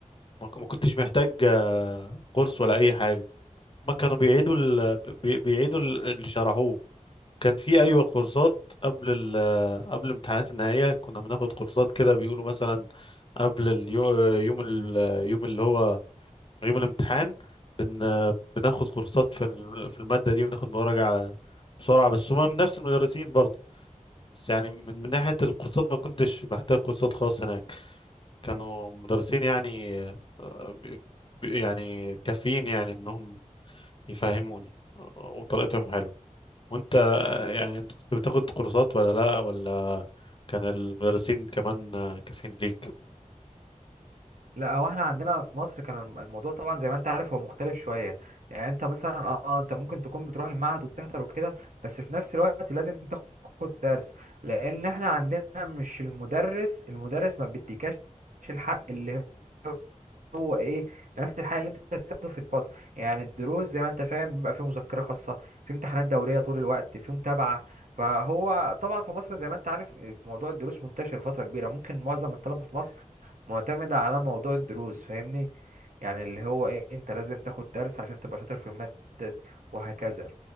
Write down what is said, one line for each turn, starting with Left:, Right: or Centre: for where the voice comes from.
Left: ما ك- ما كنتش محتاج آه، كورس ولا اي حاجه ما كانوا بيعيدوا ال... بي- بيعيدوا ال- اللي شرحوه كان في ايوه كورسات قبل ال... آه، قبل امتحانات النهائيه كنا بناخد كورسات كده بيقولوا مثلا قبل اليوم يوم ال... آه، يوم اللي هو يوم الامتحان بن... بناخد كورسات في ال- في المادة دي وناخد مراجعة بسرعة بس هما من نفس المدرسين برضه بس يعني من, من ناحية الكورسات ما كنتش بحتاج كورسات خالص هناك كانوا مدرسين يعني آه، ب- ب- يعني كافيين يعني انهم يفهموني آه، وطريقتهم حلوة وانت آه، يعني انت كنت بتاخد كورسات ولا لا ولا كان المدرسين كمان آه، كافيين ليك
Right: لا هو احنا عندنا في مصر كان الم- الموضوع طبعا زي ما انت عارف هو مختلف شوية يعني انت مثلا اه آه، انت ممكن تكون بتروح المعهد وبتحضر وكده بس في نفس الوقت لازم تاخد درس لان احنا عندنا مش المدرس المدرس ما بيديكاش الحق اللي هو ايه نفس الحاجه اللي انت بتاخده في الفصل يعني الدروس زي ما انت فاهم بيبقى فيه مذكره خاصه في امتحانات دوريه طول الوقت في متابعه فهو طبعا في مصر زي ما انت عارف موضوع الدروس منتشر فتره كبيره ممكن معظم الطلبه في مصر معتمده على موضوع الدروس فاهمني يعني اللي هو ايه انت لازم تاخد درس عشان تبقى شاطر في الماده دي، وهكذا